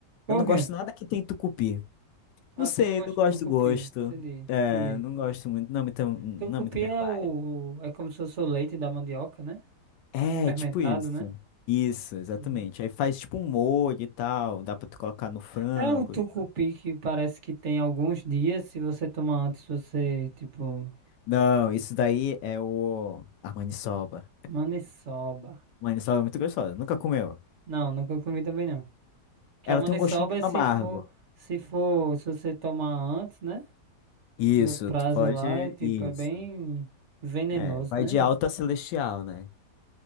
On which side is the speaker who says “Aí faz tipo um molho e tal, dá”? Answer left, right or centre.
Left